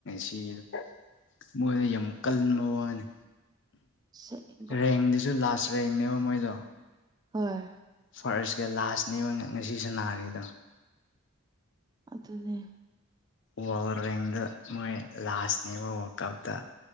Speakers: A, on the left; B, on the right.
A: ꯁꯤꯗꯣ ꯃꯣꯏꯗ ꯌꯥꯝ ꯀꯟꯕ ꯋꯥꯅꯤ
B: ꯑꯁꯦꯡꯕ
A: ꯔꯦꯡꯗꯨꯁꯨ ꯂꯥꯁ ꯔꯦꯡꯅꯦꯕ ꯃꯣꯏꯗꯣ
B: ꯍꯣꯏ
A: ꯐꯥꯔꯁꯀ ꯂꯥꯁꯅꯦꯕ ꯉꯁꯤꯁꯨ ꯅꯥꯔꯤꯗꯣ
B: ꯑꯗꯨꯅꯦꯦ
A: ꯋꯥ ꯔꯗ ꯃꯣꯏ ꯂꯥꯁꯅꯦꯕ ꯋꯥꯔꯛ ꯑꯥꯎ ꯇ